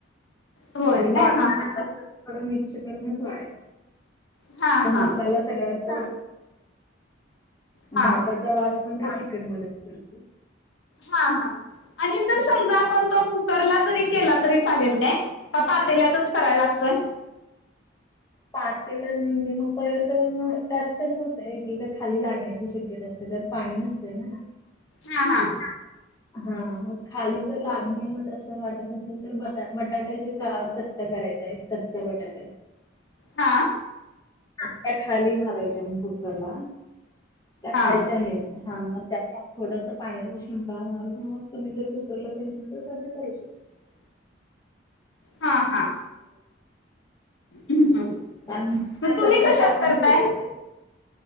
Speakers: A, on the left; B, on the left.
A: होय
B: आणि वाढताना
A: काय हा हा
B: थोडं मिक्स करूनच वाढायचं.
A: हा
B: तो
A: हा
B: मसाला सगळ्यात
A: हा
B: भाताच. तो वास पण काय चिकन मध्ये उतरतो.
A: हा हा आणि जर समजा आपण तो कुकरला जरी केला तरी चालेल काय? का पातेल्यातच कराय लागतोय?
B: पातेला म्हणजे मग परत त्यात कसं होतय कि त्या खाली लागण्याची शक्यता असे तर. पाणी नसतंय ना.
A: हा हा.
B: <inaudible> हा मग खाली जर लागणे मग तसं वाटत असेल तर बट बटाट्याचे ता चल करायचाय कच बटाट्याचं
A: हा..
B: त्या खाली घालायच्या मग कुकरला, त्या
A: हा
B: खायच्या नाहीत. हा मग त्यावर थोडस पाणीवर शिंकतोड मारून मग तुम्ही जर कुकरला केलं तर तसं कर
A: <inaudible> हा हा मग
B: कारण
A: तुम्ही
B: तसच
A: कशात
B: आपण
A: करताय
B: ठेवलं तर